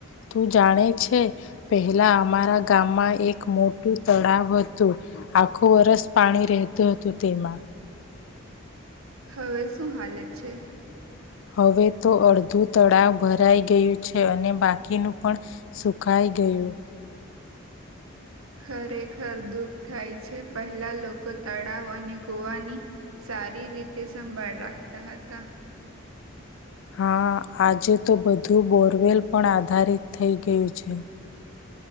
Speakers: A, on the left (about 60°); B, on the right (about 85°).
A: તું જાણે છે. પહેલા અમારા ગામમાં એક મોટું તળાવ હતું આખું વર્ષ પાણી રેહ તું હતુ તેમાં
B: હવે શું હાલત છે.
A: હવે તો અડધું તળાવ ભરાઈ ગયું છે, અને બાકીનું પણ સુખાય ગેયુ.
B: ખરેખર દુઃખ થાય છે, હેલા લોકો તળાવ અને કૂવાની સારી રીતે સંભાળ રાખતા હતા
A: હા આજે તો બધું બોરવેલ પણ આધારિત થઈ ગયું છે.